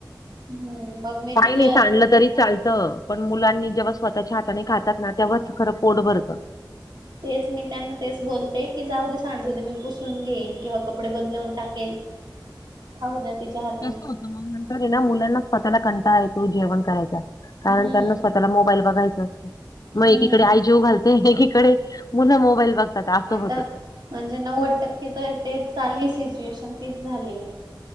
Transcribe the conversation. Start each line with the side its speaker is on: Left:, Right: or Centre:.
Right: हम्म मग मी.
Left: काय
Right: तिला
Left: नाही सांडलं तरी चालतं. पण मुलांनी जेव्हा स्वतःच्या हाताने खातात ना तेव्हाच खरं पोट भरतं.
Right: तेच. मी त्यांना तेच बोलते, की जाऊ दे सांडू दे. मी पुसून घेईन किंवा क कपडे बदलवून टाकेल खाऊ द्या तिच्या हाताने.
Left: कसं होतं नंतर ना मुलांना स्वतःला कंटाळा येतो जेवण करायचा. कारण
Right: हम्म
Left: त्यांना स्वतला मोबाईल बघायचा अस म एकीकडे
Right: हम्म
Left: आई जेवू घालते, एकीकडे मुलं मोबाईल बघतात. असं
Right: आता
Left: होत ते.
Right: म्हणजे नव्वद टक्के तर तेच चालली, सिच्युएशन तीच झालिये.